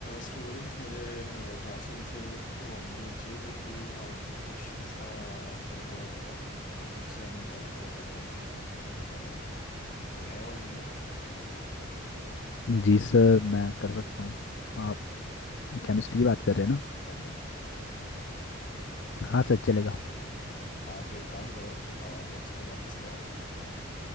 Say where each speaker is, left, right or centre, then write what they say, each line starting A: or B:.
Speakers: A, on the left; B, on the left.
A: Students मुझे क्लासन से एक वॉलंटियर चाहिए जो कि अ, कुछ क्वेश्चंस का आंसर वगैरह देगा जिसे हम ओलंपियाड वगैरह में भेजेंगे अ, कोई है वॉलंटियर
B: जी sir मैं कर सकता हूँ आप केमिस्ट्री की बात कर रहे हैं ना
A: हाँ जी
B: हाँ सर चलेगा
A: हाँ तो एक काम करो प्रिंसिपल ऑफिस पे आओ